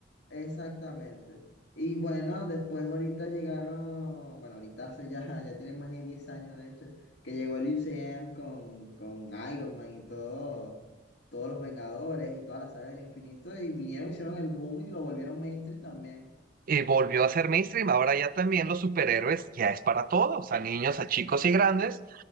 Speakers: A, on the left; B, on the right.
A: Exactamente. Y bueno, después ahorita llegaron, bueno, ahorita hace ya, <laughs> ya tiene más de 10 años de hecho, que llegó el UCM con, con Iron Man y todo, todos los Vengadores y toda la saga del infinito y vinieron, hicieron el boom y lo volvieron mainstream también.
B: eh, volvió a ser mainstream. Ahora ya también los superhéroes ya es para todos, a niños, a chicos y grandes,